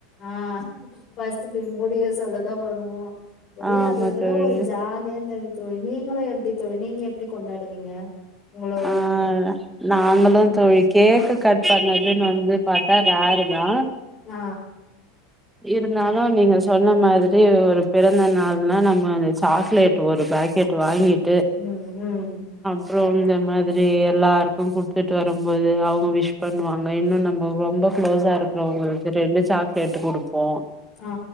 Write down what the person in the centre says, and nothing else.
ஆமா
தோழி
ஆ
நாங்களு
தோழி கேக்கு கட் பண்ணதுன் வந்து பாத்தா ரேருதா
இருந்தாலு நீங்க சொன்ன மாத்ரி ஒரு பிறந்த நாள்னா நம்ம சாக்லேட் ஒரு பேக் கேட்டு வாங்கிட்
ப்றோம் இந்த மாத்ரி எல்லாருக்கு குடுத்துட்டு வரும்போது அவுங்க விஷ் பண்ணுவாங்க இன்னு நம்ம ரொம்ப க்ளோஸா இருக்கறவுங்ளுக்கு ரெண்டு சாக் கேட்டு குடுப்போ